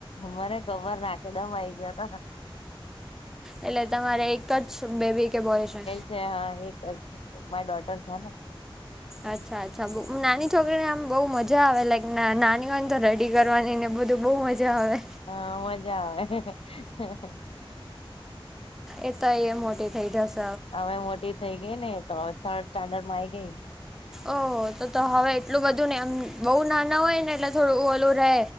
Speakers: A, on the left; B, in the centre.
A: મને ખબર નાખે- - એકદમ આઇ ગયા હતા.
B: એટલે તમારે એક જ બેબી કે બોય છે.
A: જે હા એક જ મારી ડોટર છે ને- -
B: અચ્છા અચ્છા બ નાની છોકરીને આમ બહુ મજા આવે લાઈક નાની હોય ને તો રેડી કરવાની ને બધું બહુ મજા- - જો હવે
A: હા મજા આવે- -
B: એ તો એય મોટી થઇ જશે.
A: હવે મોટી થઈ ગઈને એ તો હવે થર્ડ સ્ટાન્ડર્ડ માં આઈ ગઈ- -
B: ઓહો તો તો હવે એટલું બધું ને એમ બહુ નાના હોય ને એટલે થોડું ઓલું રહે.